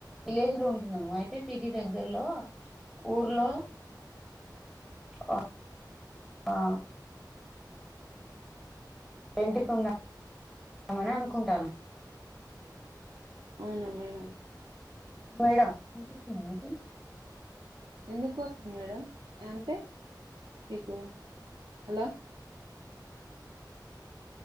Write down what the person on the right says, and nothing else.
అవునా మేడం
ఎందుకోసం మేడం అంటే మీకు హలో